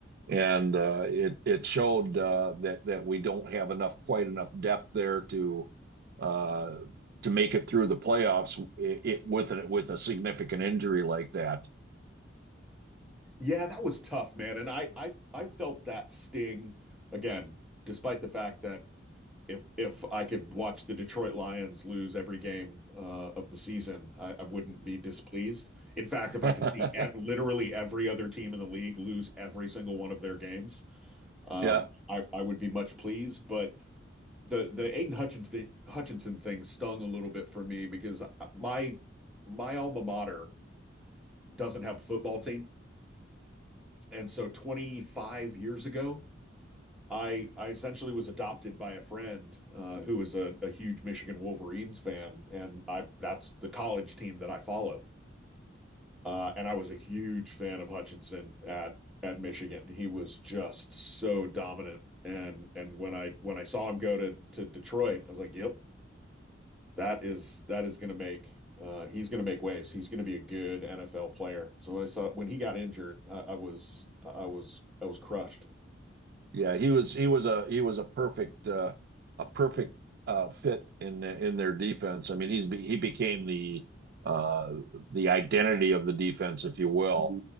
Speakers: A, on the right; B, in the centre.
A: and uh, it it showed uh, that that we don't have enough quite enough depth there to uh, to make it through the playoffs it, it with a, with a significant injury like that.
B: Yeah, that was tough, man. And I, I, I felt that sting again, despite the fact that if if I could watch the Detroit Lions lose every game uh, of the season, I, I, wouldn't be displeased. In fact,
A: <laughs>
B: if I could see ev- literally every other team in the league lose every single one of their games, um,
A: yeah,
B: I, I would be much pleased. But the the Aiden Hutchinson Hutchinson thing stung a little bit for me because my my alma mater doesn't have a football team, and so 25 years ago, I I essentially was adopted by a friend uh, who was a, a huge Michigan Wolverines fan, and I that's the college team that I follow, uh, and I was a huge fan of Hutchinson at at Michigan. He was just so dominant. And and when I when I saw him go to to Detroit, I was like, "Yep, that is that is going to make uh, he's going to make waves. He's going to be a good NFL player. So when I saw when he got injured, I, I was I was I was crushed.
A: yeah, he was he was a he was a perfect uh, a perfect uh, fit in in their defense. I mean, he's he became the uh, the identity of the defense, if you will,